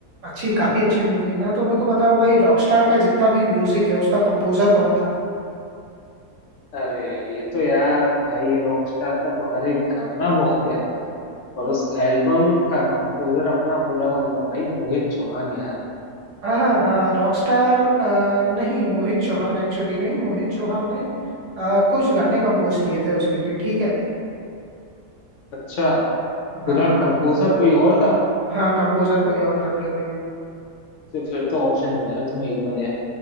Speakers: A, on the right; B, on the left.
A: अच्छी काफी अच्छी मूवी है ना तो मेरे को बताओ भाई रॉकस्टार का जितना भी म्यूजिक है उसका कंपोजर कौन था
B: अरे ये तो यार भाई रॉकस्टार का तो हर एक गाना बहुत प्यारा था और उस एल्बम का कंपोजर अपना पूरा का पूरा भाई मोहित चौहान यार
A: हाँ हाँ रॉकस्टार नहीं मोहित चौहान एक्चुअली नहीं मोहित चौहान ने अ, कुछ गाने कंपोज किए थे उसके लिए ठीक है
B: अच्छा
A: हाँ
B: पूरा
A: हाँ
B: कंपोजर कोई और था
A: हाँ कंपोजर कोई और था मेरे भाई
B: तो फिर तो ऑप्शन दो यार तुम एक बार यार